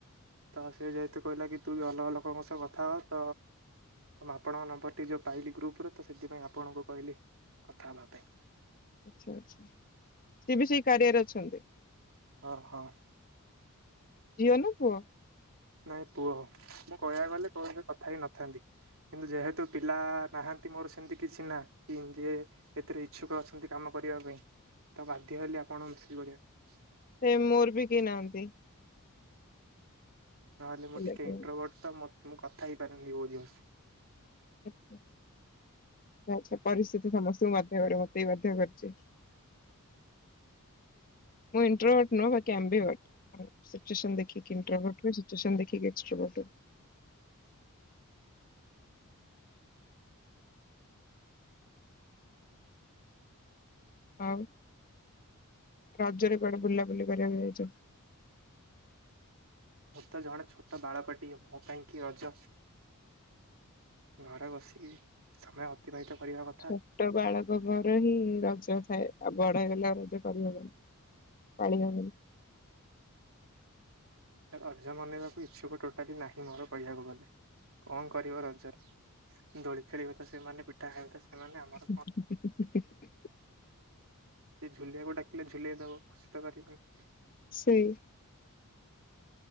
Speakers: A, on the right; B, on the left.
A: ତ ସେ ଯେହେତୁ କହିଲା କି ତୁ ବି ଅଲଗା ଲୋକଙ୍କ ସହ କଥା ହ। ତ ଆପଣଙ୍କ ନମ୍ବରଟି ଯୋଉ ପାଇଲି ଗ୍ରୁପ୍ ପୁରତଃ ସେଥିପାଇଁ ଆପଣଙ୍କୁ କହିଲି କଥା ହେବା ପାଇଁ।
B: ଆଚ୍ଛା ଆଚ୍ଛା ସିଏ ବି ସେଇ କାରିଆରେ ଅଛନ୍ତି।
A: ଓ ହୋ।
B: ଝିଅ ନାଁ ପୁଅ।
A: ନାଇଁ ପୁଅ ମୁଁ କହିବାକୁ ଗଲେ କ କଥା ହେଇ ନଥାନ୍ତି। କିନ୍ତୁ ଯେହେତୁ ପିଲା ନାହାନ୍ତି ମୋର ସେମିତି କିଛି ନା କି ଯେ ଏଥିରେ ଇଚଛୁକ ଅଛନ୍ତି କାମ କରିବା ପାଇଁ। ତ ବାଧ୍ୟ ହେଲି ଆପଣ ମିସେଜ୍ କରିବା ପାଇଁ।
B: ସେ ମୋର ବି କେହି ନାହାଁନ୍ତି।
A: ନହେଲେ ମୁଁ
B: ପିଲା
A: ଟିକେ
B: କେହି।
A: ଇନଣ୍ଟ୍ରବଟ ତ ମ ମୁଁ କଥା ହେଇପାରନି। କୋଉ ଝି
B: ଆ ଆଛା ପରିସ୍ଥିତି ସମସ୍ତଙ୍କୁ ବାଧ୍ୟ କରେ। କ ସେଇ ବାଧ୍ୟ ଖର୍ଚେ। ମୁଁ ଇଣ୍ଟରଭଟ ନୁହଁ। ବାକି ଆମ୍ବିୟ ବଟ। ସିଚ୍ୱେସନ ଦେଖିକି ଇଣ୍ଟେରଭଟ ସିଚ୍ୱେସନ ଦେଖିକି। ନି୍ଚଟ। ଆଉ ରଜରେ କୁଆଡେ ବୁଲାବୁଲି କରିବାକୁ ଯାଇଛ।
A: ମୁଁ ତ ଜଣେ ଛୋଟ ବାଳକ ଟିଏ ମୋ ପାଇଁ କି ରଜ। ଘରେ ବସିକି ସମୟ ଅତିବାହିତ କରିବା କଥା
B: ଛୋଟ ବାଳକ ଘର ହିଁ ରଜ ଥାଏ ଆଉ ବଡ ହେଲା ରଜ ପରିବ। ପାଳଗ
A: ଅର୍ ମନେଇବାକୁ ଇଚ୍ଛୁକ ଟୋଟାଲି ନାହିଁ ମୋର କହିବାକୁ ଗଲେ। କଣ କରିବ ରଜରେ। ଦୋଳି ଖେଳିବ ତ ସେମାନେ ପିଠା ଖାଇବେ। ସେମାନେ
B: <inaudible>
A: ଆମର ସେ ଝୁଲିଆକୁ ଡାକିଲେ ଝୁଲେଇ ଦବ ବଷିତ କରିବନି।
B: ସେଇ।